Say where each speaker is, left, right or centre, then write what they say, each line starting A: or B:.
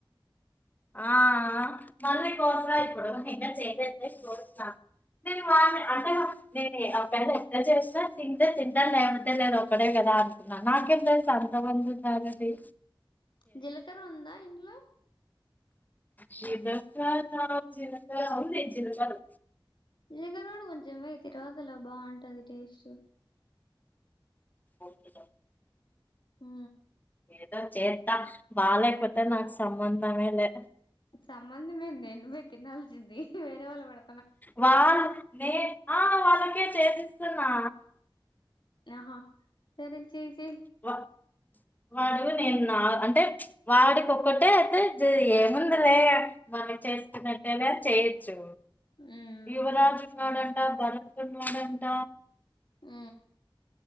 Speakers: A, on the left; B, on the left.
A: ఆ మళ్ళీ కోస ఇప్పుడు నిన్న చేయి ఎత్తేసి కోస్తా అంటే వాని అంటే నేను అవేకన్న ఎంత చేసినా తింటే తింటను లేవంటే లేదు ఒక్కడే కదా నాకేం తెలుసు అంత మంది ఉన్నారని
B: జీలకర ఉందా ఇంట్లో
A: జినకా నా జిలకర ఉంది జిల్ కారు
B: జిలకర కూడా కొంచం వేయి తిరువాతలో బాగుంటది టేస్ట్
A: ఓకే డన్
B: హ
A: ఏదో చేతా బాలేపోతే నాకు సంబంధమేలే
B: సంబంధం నువ్వే తినాల్సింది ఏంది వేరే వాళ్ళ పెడ్
A: వాల్ నే ఆ వాళ్ళకే చేసిస్తున్నా
B: ఆహా సరెన్ చేసి
A: వా
B: అ
A: వాడు నేను నా అంటే వాడికి ఒక్కటే అయితే జే ఏముందిలే మన చేస్తునట్టే గ చేయొచ్చు
B: మ్మ్
A: యువరాజు ఉన్న జరుపుకున్నాడంట
B: ఆ